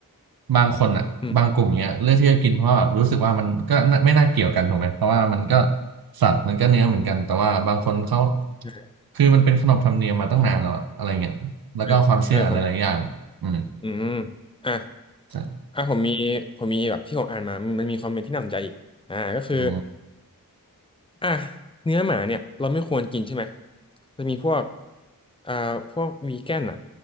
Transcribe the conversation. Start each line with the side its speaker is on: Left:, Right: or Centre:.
Right: บางคนอ่ะบางกลุ่มเงี้ยเลือกที่จะกินเพราะว่าแบบรู้สึกว่ามันก็น่าไม่น่าเกี่ยวกันถูกไหมเพราะว่ามันก็
Left: อืม
Right: สัตว์มันก็เนื้อเหมือนกันแต่ว่าบางคนเขา
Left: เออ
Right: คือมันเป็นขนบธรรมเนียมมาตั้งนานแล้วอะอะไรเงี้ยแล้วก็ความเชื่อหลายๆอย่างอืม
Left: เออเออผมอืมอ่ะ
Right: ใช่
Left: อ่ะผมมีผมมีแบบที่ผมอ่านมามันมีคอมเมนต์ที่น่าสนใจอีกอ่าก็คือ
Right: อ๋อ
Left: อ่ะเนื้อหมาเนี่ยเราไม่ควรกินใช่ไหมจะมีพวกอ่าพวกวีแกนอ่ะ